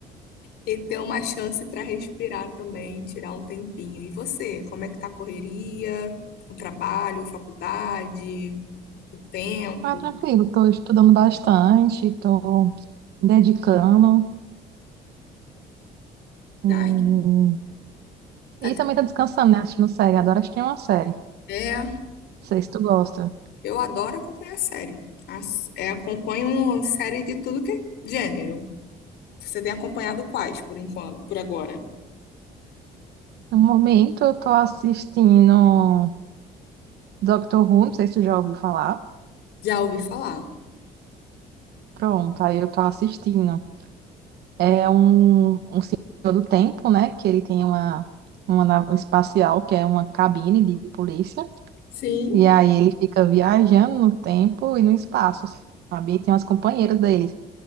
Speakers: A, on the left (about 75°); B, on the right (about 70°).
A: e ter uma chance para respirar também, tirar um tempinho. E você, como é que tá a correria? O trabalho, faculdade, o tempo?
B: Ah, tranquilo, tô estudando bastante, tô dedicando. hum,
A: Ai, que bom. Tá
B: E
A: tendo...
B: também tô descansando, né? Assistindo série. Adoro assistir uma série. Não
A: É,
B: sei se tu gosta.
A: eu adoro acompanhar série. As- é, acompanho série de tudo que é gênero. Você tem acompanhado quais, por enquanto, por agora?
B: No momento eu tô assistindo Doctor Who, não sei se tu já ouviu falar.
A: Já ouvi falar.
B: Pronto, aí eu tô assistindo. É um todo tempo, né? Que ele tem uma, uma nave espacial, que é uma cabine de polícia.
A: Sim,
B: E aí ele fica viajando no tempo e no espaço, sabe? E tem umas companheiras deles.